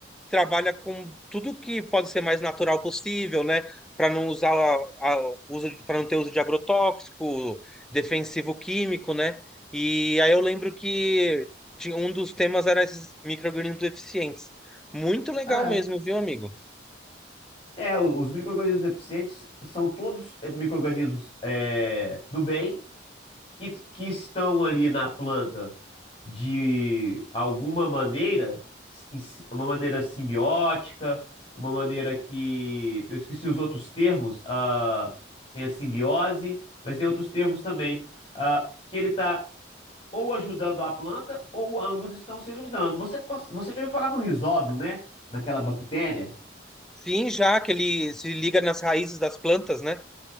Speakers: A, in the centre; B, on the left.
A: trabalha com tudo que pode ser mais natural possível, né? Para não usar a, a- uso, para não ter uso de agrotóxico, defensivo químico, né? E aí eu lembro que tinha- um dos temas era esses micro-organismos eficientes. Muito legal
B: É,
A: mesmo, viu, amigo?
B: É, os micro-organismos eficientes são todos eh, micro-organismos eh, do bem que, que estão ali na planta de alguma maneira, em si- uma maneira simbiótica, uma maneira que, eu esqueci os outros termos, ah, tem a simbiose, mas tem outros termos também, ah, que ele está ou ajudando a planta ou ambos estão se ajudando. Você, cons- você já ouviu falar no rizóbio, né? Naquela bactéria?
A: Sim, já que ele se liga nas raízes das plantas, né?